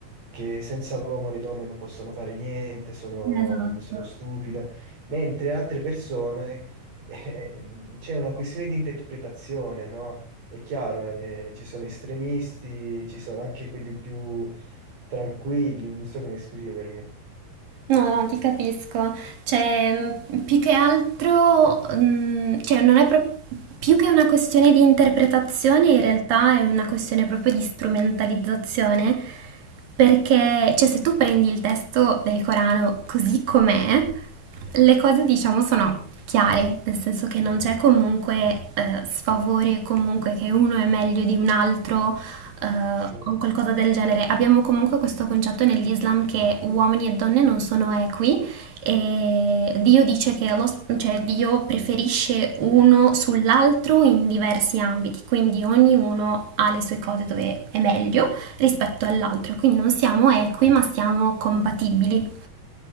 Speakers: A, on the right; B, on the right.
A: che senza l'uomo le donne non possono fare niente, sono,
B: Esatto.
A: sono stupide, mentre altre persone, eh, c'è una questione di interpretazione, no? È chiaro, eh, ci sono estremisti, ci sono anche quelli più tranquilli, non so come esprimermi.
B: No, no, ti capisco. Cioè, mh, più che altro, mh, cioè, non è pro- più che una questione di interpretazione, in realtà è una questione proprio di strumentalizzazione, perché, cioè, se tu prendi il testo del Corano così com'è, le cose, diciamo, sono chiare, nel senso che non c'è comunque eh, sfavore, comunque che uno è meglio di un altro eh, o
A: Sì,
B: qualcosa del genere. Abbiamo comunque questo concetto nell'Islam che uomini e donne non sono equi e Dio dice che Allah s- cioè Dio preferisce uno sull'altro in diversi ambiti, quindi ognuno ha le sue cose dove è meglio rispetto all'altro, quindi non siamo equi ma siamo compatibili.